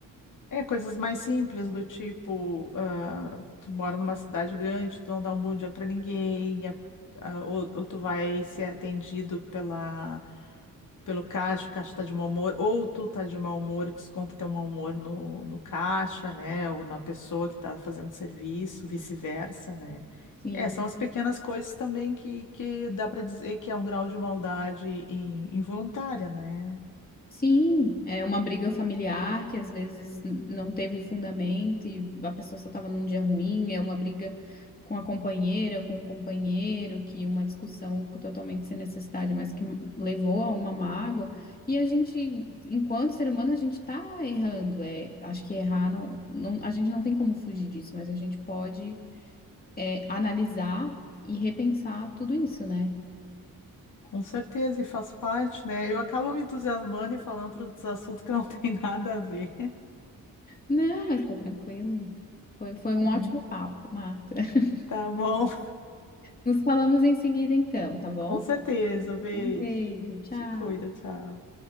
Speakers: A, on the left; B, on the left.
A: É, coisas mais simples do tipo, ah, tu mora numa cidade grande, tu não dá um bom dia pra ninguém, a- a- ou, ou tu vai ser atendido pela, pelo caixa, o caixa tá de mau humor, ou tu tá de mau humor e desconta teu mau humor no, no caixa, né, ou na pessoa que tá fazendo serviço, vice-versa, né.
B: Sim.
A: É, são as pequenas coisas também que, que dá pra dizer que é um grau de maldade in- involuntária, né.
B: Sim, é uma briga familiar que às vezes n- não teve fundamento e a pessoa só estava num dia ruim, é uma briga com a companheira, com o companheiro, que uma discussão totalmente sem necessidade, mas que levou a uma mágoa. E a gente, enquanto ser humano, a gente está errando. É, acho que errar não, não, a gente não tem como fugir disso, mas a gente pode é, analisar e repensar tudo isso, né?
A: Com certeza, e faz parte, né? Eu acabo me entusiasmando e falando outros assuntos que não <laughs> tem nada a ver.
B: Não, mas tá tranquilo. Foi, foi um ótimo
A: É.
B: papo, Marta. <laughs>
A: Tá bom?
B: Nos falamos em seguida, então, tá bom?
A: Com certeza. Beijo.
B: Um beijo, tchau.
A: Te cuida, tchau.